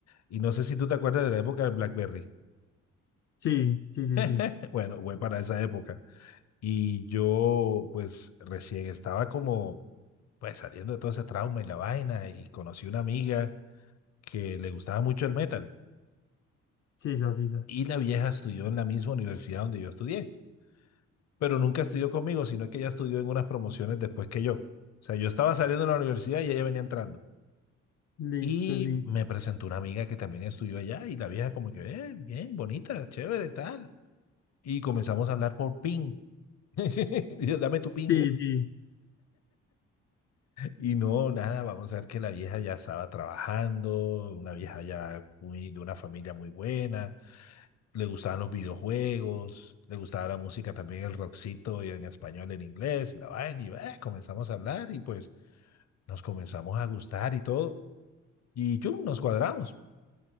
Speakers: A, on the left; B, on the left.
A: y no sé si tú te acuerdas de la época del BlackBerry.
B: Sí, sí, sí, sí,
A: <laughs> Bueno, fue para esa época. Y yo, pues, recién estaba como, pues, saliendo de todo ese trauma y la vaina, y conocí una amiga que le gustaba mucho el metal.
B: sí, sisas, sisas.
A: Y la vieja estudió en la misma universidad donde yo estudié, pero nunca estudió conmigo, sino que ella estudió en unas promociones después que yo. O sea, yo estaba saliendo de la universidad y ella venía entrando.
B: Listo,
A: Y
B: sí.
A: me presentó una amiga que también estudió allá, y la vieja como que, "Eh, bien, bonita, chévere, tal. Y comenzamos a hablar por PIN. <laughs> Y yo, Dame tu PIN.
B: Sí, sí.
A: Y no, nada, vamos a ver que la vieja ya estaba trabajando, una vieja ya muy, de una familia muy buena, le gustaban los videojuegos, le gustaba la música también, el rockcito y en español, en inglés, la vaina, y eh, comenzamos a hablar y pues nos comenzamos a gustar y todo, y chum, nos cuadramos.